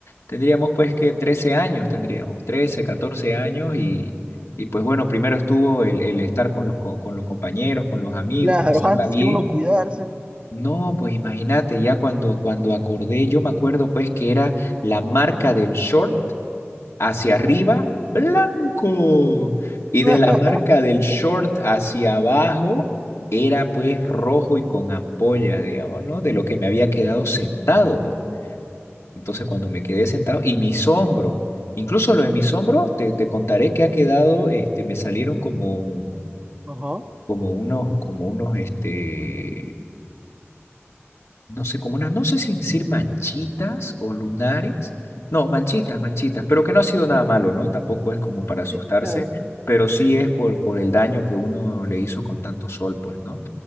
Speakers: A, on the left (about 75°); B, on the right (about 25°).
A: tendríamos pues que 13 años, tendríamos trece catorce años y, y pues bueno, primero estuvo el, el estar con los, co- con los compañeros, con los amigos,
B: Claro,
A: pasarla
B: antes
A: bien.
B: que uno cuidarse.
A: No, pues imagínate, ya cuando, cuando acordé, yo me acuerdo pues que era la marca del short hacia arriba, blanco, y
B: <laughs>
A: de la marca del short hacia abajo, era pues rojo y con ampolla, digamos, ¿no? De lo que me había quedado sentado, pues. Entonces cuando me quedé sentado, y mis hombros, incluso lo de mis hombros, te, te contaré que ha quedado, este, me salieron como,
B: Ajá.
A: como unos, como unos, este no sé, como una, no sé si decir manchitas o lunares. No, manchitas, manchitas, pero que no ha sido nada malo, ¿no? Tampoco es como para asustarse,
B: Sí, claro.
A: pero sí es por, por el daño que uno le hizo con tanto sol, pues, ¿no?